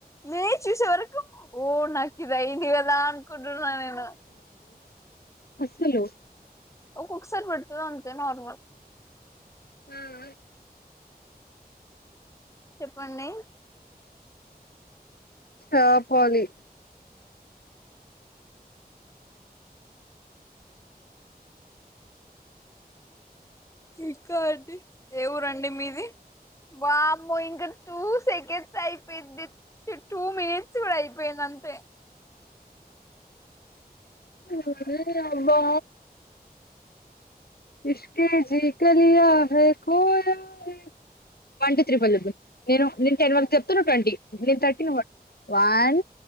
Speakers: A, on the left; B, on the left.
A: నే చూసే వరకు కు ఓ నాకు ఇధియాయింధి కదా అన్కుంటు నేను
B: అసలు
A: ఒకగసర్ బడుతుది అంతే నార్మల్
B: హ్మ్
A: చెప్పండి
B: ఆ పోాలి
A: ఇంకా అండీ ఏ ఊరండి మీది వామో ఇంకా టూ సెకండ్స్ అయిపోయింది టూ మినిట్స్ కూడా అయిపోయింది అంతే
B: ఉమ్ అబ్బా ఇష్కేజీ గలియా హే కోయా హే వన్ టూ త్రీ ఫోర్ చెప్దాం నేను నేను టెన్ వరకు చెప్తా్ ట్వంటీ నేను thirty one